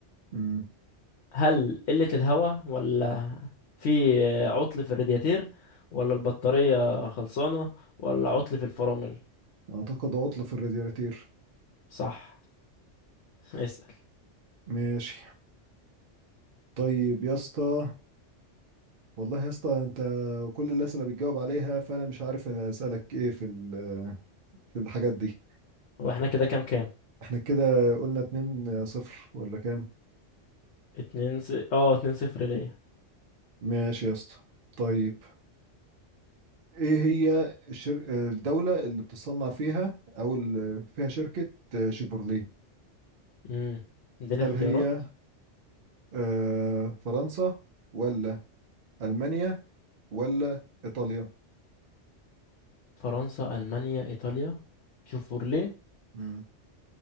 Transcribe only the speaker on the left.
هل قلة الهواء ولا في عطل في الرادياتير ولا البطارية خلصانة ولا عطل في الفرامل
صح <laughs> اسأل
واحنا كده كام كام
اتنين س... اه اتنين صفر ليا
امم اديني
اختيارات
فرنسا المانيا ايطاليا شوفورلي